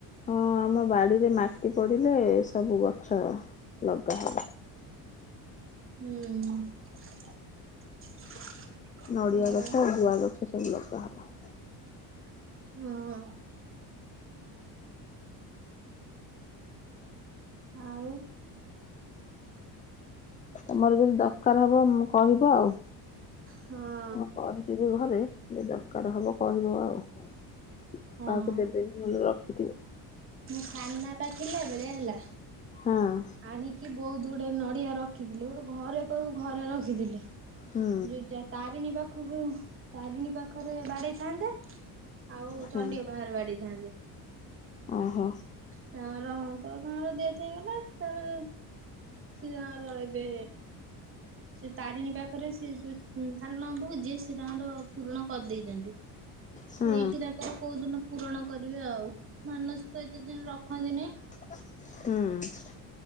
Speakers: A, on the left (about 20°); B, on the right (about 30°).
A: ହଁ ଆମ ବାଡିରେ ମାଟି ପଡିଲେ ସବୁ ଗଛ ଲଗା ହବ।
B: ହୁଁ।
A: ନଡିଆ
B: ହଉ
A: ଗଛ ଆଉ ଗୁଆ ଗଛ ସବୁ ଲଗାହବ।
B: ହଁ। ଆଉ
A: ତମର ଯଦି ଦରକାର ହବ ମୁଁ କହିବ ଆଉ।
B: ହଁ
A: ମୁଁ କହିଦିବି ଘରେ ଯେ ଦରକାର ହବ କହିବ ଆଉ କାହାକୁ
B: ହଁ।
A: ଦେବେ ରଖିଥିବେ।
B: ମୋ ସାନା ପା ଥିଲା ବେଳେ ହେଲା।
A: ହଁ
B: ଆଣିକି ବହୁତ ଗୁଟଏ ନଡ଼ିଆ ରଖିଥିଲେି ଗୋଟେ ଘରେ ତ ଘରେ ରଖିଥିଲେ।
A: ହୁଁ
B: ଯୁଜା ତାରିଣୀ ପାଖକୁ ତାରିଣୀ ପାଖରେ ବାଡେଇଥାନ୍ତେ। ଆଉ
A: ହଁ
B: ଚଣ୍ଡିଅ ବାହାରୁ ବାଡିଥାନ୍ତି।
A: ଓହୋ
B: ତା ର ତ ତାଙ୍କର ଦେହ ହେଇଗଲା ତାପରେ ସି ତାର ଏବେ ସେ ତାରିଣୀ ପାଖରେ ସେ କାରଣବହୁ ଯିଏ ସି ତାଙ୍କର ପୂରଣ କରିଦେଇଛନ୍ତି। ସେ
A: ହୁଁ
B: ଏଇଠି ତାକୁ କଉ ଦିନ ପୂରଣ କରିବେ ଆଉ ମାନସିକ ଏତେ ଦିନ ରଖନ୍ତି ନାହିଁ।
A: ହୁଁ